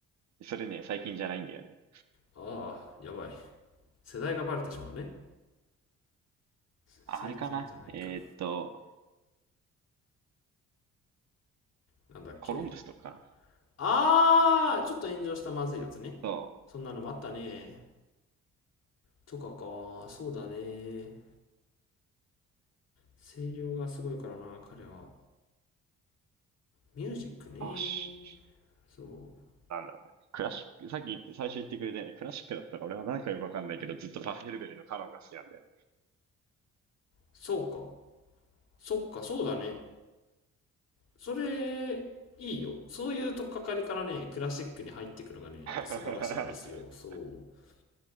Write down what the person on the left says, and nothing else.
ああ、やばい。世代がバレてしまうね。最近じゃないか。
なんだっけ。
あー、ちょっと炎上したまずいやつね。
そんなのもあったね。とかか、そうだね。声量がすごいからな、彼は。ミュージックね。
そう。
そうか。そっか、そうだね。それ、いいよ。そういうとっかかりからね、クラシックに入ってくるのがね、やっぱ素晴らしいんですよ。
そう。